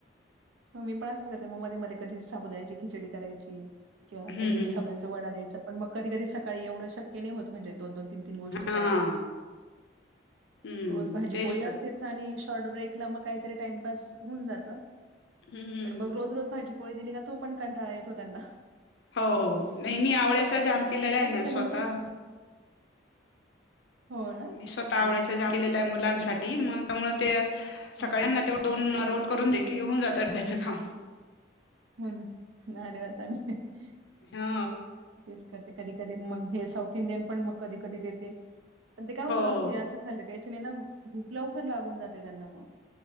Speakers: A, on the right; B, on the left.
A: मी पण असंच करते म मध्ये मध्ये कधी साबदाची खिचडी करायची किंवा
B: हम्म
A: कधी कधी
B: हम्म
A: साबुची वडा्यायच पण मग कधीध सकाळी एवढं शक्य नाही होत म्हणजे दोन दो तीन तीन गोष्टी करायला
B: हा हा हम्म
A: रोज भाजी
B: तेच
A: पोळी असते.
B: तर
A: शॉट ब्रेकला काही तरी टाइमपास होऊन जात.
B: हम्म
A: पण मग रोज रोज भाजीपोळी दिली का तो पण कंटाळा येतो त्यांना.
B: हो हो नाही मी आवळ्याचा जाम
A: आणि
B: केलेला
A: सकाळी
B: आहे
A: कशा
B: ना
A: सगळ्यांच्या
B: स्वतः
A: हो
B: ह
A: ना?
B: मी स्वतः
A: अरे
B: आवडचा
A: वाह!
B: जाम
A: चांगलं.
B: केलेल्या आहे मुलांसाठी <inaudible> त्यामुळे ते
A: हां,
B: सकाळना <unintelligible> दोन रोल करून दे की होऊन जात अड्याचं खांम <unintelligible>
A: हो ना ना रे वा चां <unintelligible>
B: हो
A: तेच करते कधी कधी मग हे साऊथ इंडियन पण मग कधी कधी देते पण ते काय होतं
B: हो
A: हे असं खाल्लं कायच नाही ना भूप लवकर लागून जाते त्यांना मग